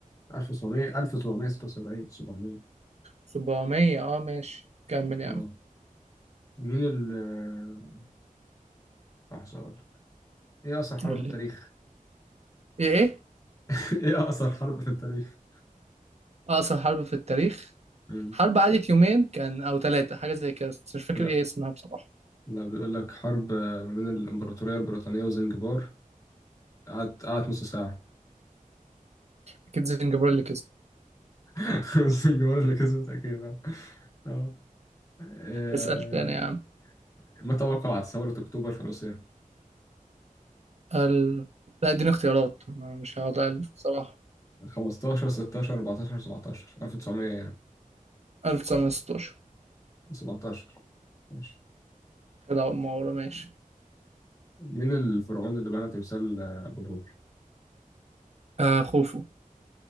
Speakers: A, on the left; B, on the right.
A: 1700 1776 700
B: 700 اه ماشي كمل يا
A: اه
B: عم
A: مين ال آه، لحظة ايه اقصر حرب
B: قول
A: في التاريخ
B: لي ايه ايه
A: <laughs> ايه اقصر حرب في التاريخ
B: أقصر حرب في التاريخ
A: مم.
B: حرب قعدت يومين كان أو ثلاثة حاجة زي كده بس مش فاكر
A: لا
B: ايه اسمها بصراحة
A: لا بيقول لك حرب آه، ما بين الامبراطوريه البريطانيه وزنجبار قعدت قعدت نص ساعه
B: أكيد زنجبار اللي كسب
A: <laughs> زنجبار اللي كسبت اكيد اه آه. آه،
B: اسأل تاني يا عم
A: ما توقعت ثوره اكتوبر في روسيا
B: ال... لا اديني اختيارات أنا مش هقعد ألف بصراحة
A: 15 16 14 17 1900 يعني
B: 1916
A: 17 ماشي
B: كده أول ما ورا ماشي
A: مين الفرعون اللي بنى تمثال آه، ابو الهول
B: آه خوفو